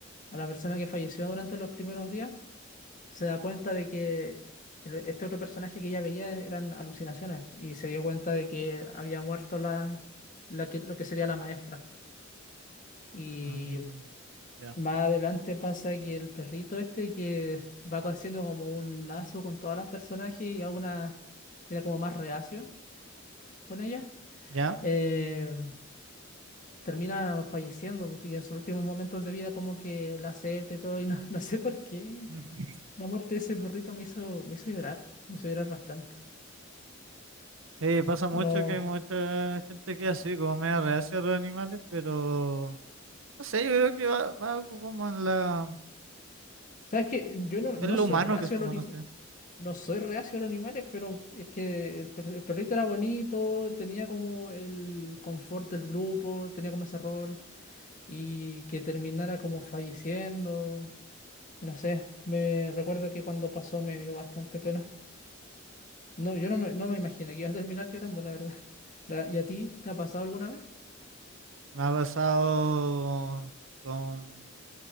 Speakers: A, on the left; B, on the right.
A: a la persona que falleció durante los primeros días se da cuenta de que el- este otro personaje que ella veía eran alucinaciones y se dio cuenta de que había muerto la, la que- lo que sería la maestra. Y
B: Mm, ya,
A: Más adelante pasa que el perrito este que va haciendo como un lazo con todas las personajes y alguna que era como más reacio con ella,
B: ya.
A: eh, termina falleciendo y en sus últimos momentos de vida como que la acepta y todo y no, <laughs> no sé por qué
B: <laughs>
A: la muerte de ese perrito me hizo, me hizo llorar, me hizo llorar bastante.
B: Sí, pasa mucho
A: No,
B: que hay mucha gente que es así, como media reacia a los animales, pero no sé, yo creo que va, va algo como en la.
A: sabes que yo no,
B: Es
A: no
B: lo
A: soy
B: humano
A: reacio
B: que somos,
A: al,
B: no sé.
A: No soy reacio a los animales, pero es que el, per- el perrito era bonito, tenía como el confort del grupo, tenía como ese rol, y que terminara como falleciendo, no sé, me recuerdo que cuando pasó me dio bastante pena. No, yo no me, no me imaginé que ibas a terminar llorando, la verdad. <laughs> La- ¿Y a ti te ha pasado alguna vez?
B: Me ha pasado con,